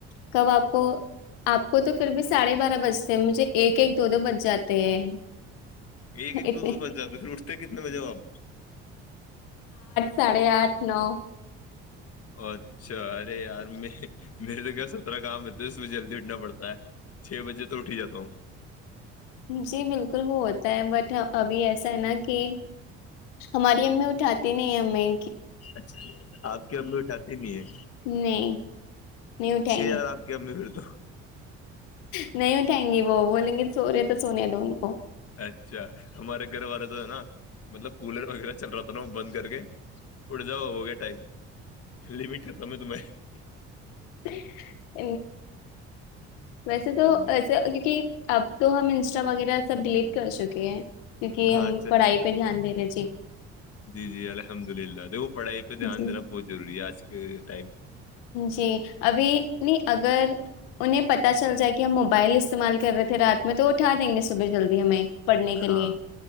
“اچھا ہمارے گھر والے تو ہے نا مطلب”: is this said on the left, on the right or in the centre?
Left